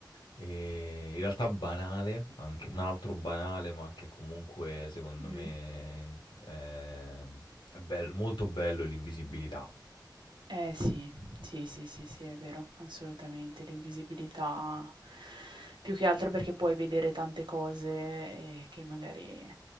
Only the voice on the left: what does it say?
E in realtà banale, anche un altro banale, ma che comunque secondo
me è, è bello- molto bello è l'invisibilità,